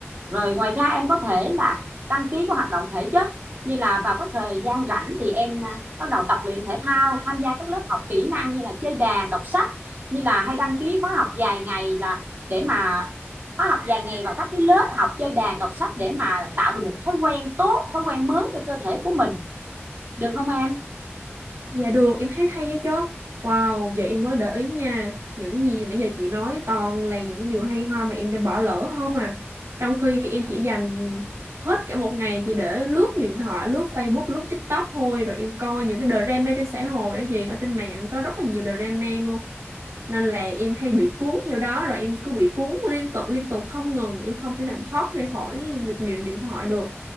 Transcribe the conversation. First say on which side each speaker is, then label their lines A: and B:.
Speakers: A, on the right; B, on the right.
A: rồi ngoài ra em có thể là đăng ký các hoạt động thể chất như là vào các thời gian rảnh thì em à, bắt đầu tập luyện thể thao tham gia các lớp học kỹ năng như là chơi đàn đọc sách như là hay đăng ký khóa học dài ngày là để mà khóa học dài ngày vào các cái lớp học chơi đàn đọc sách để mà tạo được một thói quen tốt thói quen mới cho cơ thể của mình được không em
B: Dạ được, em thấy hay á chứ. Wow, giờ em mới để ý nha. Những gì nãy giờ chị nói toàn là những điều hay ho mà em đã bỏ lỡ không à. Trong khi em chỉ dành hết cả một ngày chỉ để lướt điện thoại, lướt Facebook, lướt TikTok thôi. Rồi em coi những cái drama trên xã hội á gì. Ở trên mạng có rất là nhiều drama luôn nên là em hay bị cuốn theo đó rồi em cứ bị cuốn liên tục liên tục không ngừng em không thể nào thoát ra khỏi việc miệng điện thoại được